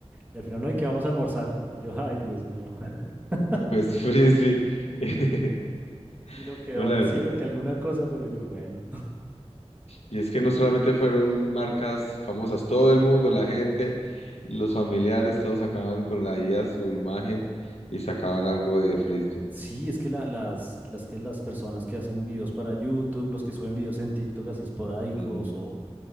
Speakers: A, on the right (about 15°); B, on the left (about 70°).
A: y al final, no, ¿y qué vamos a almorzar? Y yo, ay, Dios mío, <laughs>
B: pues frisbee. <laughs>
A: sino que domicilio,
B: No, la verdad.
A: que alguna cosa, pero yo, bueno.
B: Y es que no solamente fueron marcas famosas, todo el mundo, la gente, los familiares, todos sacaban con la IA su imagen y sacaban algo de Frisbee.
A: Sí, es que la- las, las que las personas que hacen videos para YouTube, los que suben videos en TikTok así esporádicos,
B: Ujú.
A: o